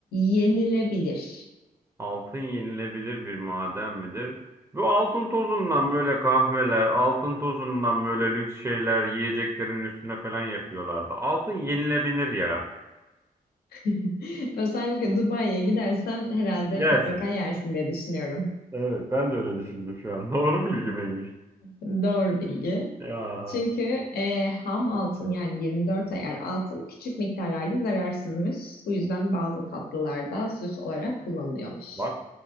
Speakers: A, on the left; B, on the right.
A: Yenilebilir.
B: Altın yenilebilir bir maden midir? Bu altın tozundan böyle kahveler, altın tozundan böyle lüks şeyler yiyeceklerin üstüne falan yapıyorlardı. Altın yenilebilir ya.
A: <laughs> Özellikle Dubai'ye gidersen herhalde
B: Yersin.
A: mutlaka yersin diye düşünüyorum.
B: Evet, ben de öyle düşündüm şu an. <laughs> Doğru bilgi miymiş?
A: Doğru bilgi.
B: Ya
A: Çünkü e, ham altın yani 24 ayar altın küçük miktarlarda zararsızmış. Bu yüzden bazı tatlılarda süs olarak kullanılıyormuş.
B: bak,